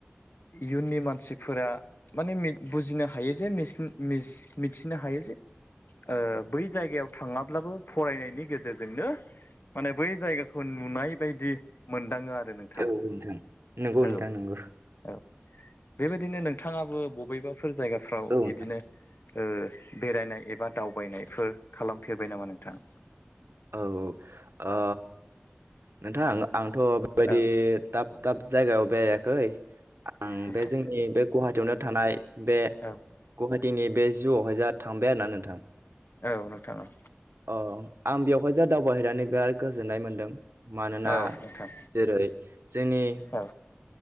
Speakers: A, on the left; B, on the right.
A: इयुननि मानसिफोरा माने बुजिनो हायो जे मिसि मिस मिथिनो हायो जे ओ बै जायगायाव थाङाब्लाबो फरायनायनि गेजेरजोंनो । माने बै जायगाखौ नुनाय बायदि मोनदाङो आ ओनोंथां।
B: औ नोंथां नंगौ नोंथां
A: औ
B: नंगौ
A: औ बेबायदिनो नोंथाङाबो बबेबाफोर जायगाफ्राव
B: औ नोंथां।
A: इदिनो ओ बेरायनाय एबा दावबायनायफोर खालामफेरबाय नामा नोंथा?
B: औ औ ओ नोंथां आंथ' बेबायदि
A: औ
B: दाब-दाब जायगायाव बेरायाखै आं
A: नोंथां
B: बे जोंनि बे गुवाहाटियावनो थानाय बे
A: औ
B: गुहा टिनि बे जुआवहाय जा थांबाय आरो ना नोंथां
A: औ नोंथां औ
B: अ आं बेवहाय जा दावबायहैनानै बिराद गोजोननाय मोन्दों। मानोना
A: औ नोंथां
B: जेरै जोंनि
A: औ